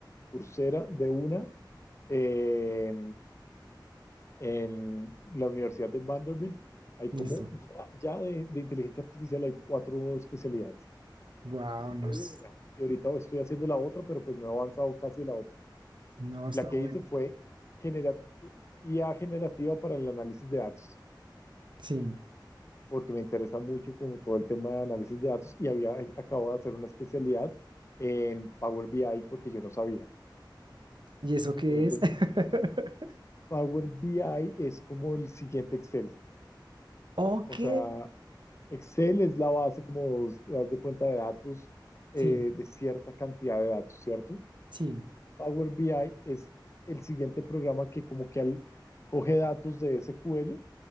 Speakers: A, on the left (about 35°); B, on the right (about 70°).
A: Coursera de una, eh, En la Universidad de Vanderbilt hay
B: Listo.
A: como, ya, ya de, de inteligencia artificial hay cuatro especialidades.
B: Wow,
A: Hice
B: no, es-
A: una y ahorita estoy haciendo la otra, pero pues no he avanzado casi la otra.
B: no está
A: La que
B: bueno.
A: hice fue genera- IA generativa para el análisis de datos,
B: Sí.
A: porque me interesa mucho como todo el tema de análisis de datos y había acabo de hacer una especialidad en Power BI porque yo no sabía.
B: ¿Y eso qué
A: ¿sí ¿Me entiendes?
B: es? <laughs>
A: Power BI es como el siguiente Excel.
B: Ok.
A: O sea, Excel es la base, como das de cuenta, de datos, eh,
B: Sí,
A: de cierta cantidad de datos, ¿cierto?
B: sí,
A: Power BI es el siguiente programa que como que al- coge datos de SQL